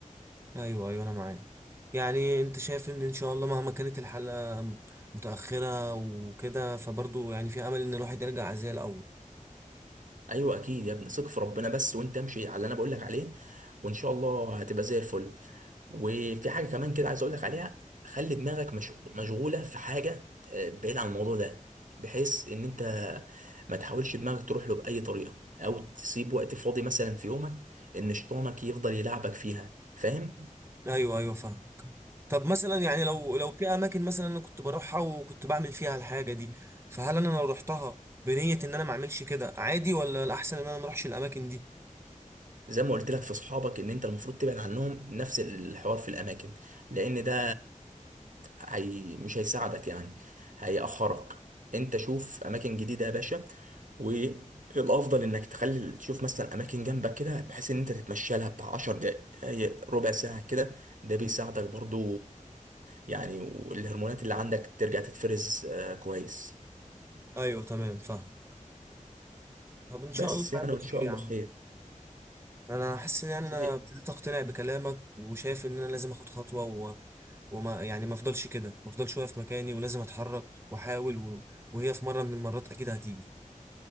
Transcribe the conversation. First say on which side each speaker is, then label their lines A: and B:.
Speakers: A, on the right; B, on the right.
A: ايوه ايوه انا معاك يعني انت شايف ان ان شاء الله مهما كانت الحلقة مت- متأخرة وكده فبرضه يعني في امل ان الواحد يرجع زي الاول
B: ايوه اكيد يا ابني ثق في ربنا بس وانت امشي على اللي انا بقول لك عليه وان شاء الله هتبقى زي الفل وفي حاجه كمان كده عايز اقول لك عليها خلي دماغك مش- مشغوله في حاجه آه، بعيد عن الموضوع ده بحيث ان انت ما تحاولش دماغك تروح له باي طريقه او تسيب وقت فاضي مثلا في يومك ان شيطانك يفضل يلعبك فيها فاهم
A: ايوه ايوه فاهم طب مثلا يعني لو لو في اماكن مثلا انا كنت بروحها وكنت بعمل فيها الحاجة دي فهل انا لو رحتها بنية ان انا ما اعملش كده عادي ولا الاحسن ان انا ما اروحش الاماكن دي
B: زي ما قلت لك في صحابك ان انت المفروض تبعد عنهم نفس الحوار في الاماكن لان ده هي مش هيساعدك يعني هيأخرك انت شوف اماكن جديدة يا باشا والافضل انك تخلي تشوف مثلا اماكن جنبك كده بحيث ان انت تتمشى لها بتاع 10 دقايق ربع ساعة كده ده بيساعدك برضو يعني والهرمونات اللي عندك ترجع تتفرز آه، كويس
A: ايوه تمام فاهم طب ان شاء
B: بس
A: الله
B: يعني
A: يا عم
B: وان
A: خير
B: شاء
A: يا
B: الله
A: عم
B: خير
A: انا حاسس ان يعني انا
B: زي
A: ابتديت اقتنع بكلامك وشايف ان انا لازم اخد خطوه و... وما يعني ما افضلش كده ما افضلش واقف مكاني ولازم اتحرك واحاول و... وهي في مره من المرات اكيد هتيجي